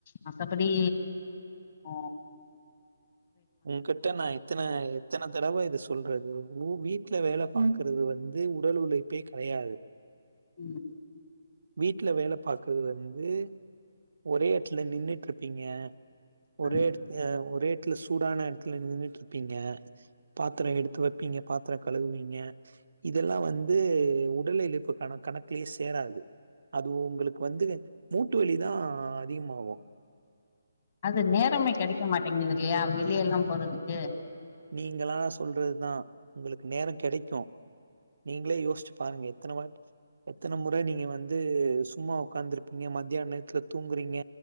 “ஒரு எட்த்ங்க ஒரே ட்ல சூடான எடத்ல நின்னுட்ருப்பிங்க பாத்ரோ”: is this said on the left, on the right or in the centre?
Right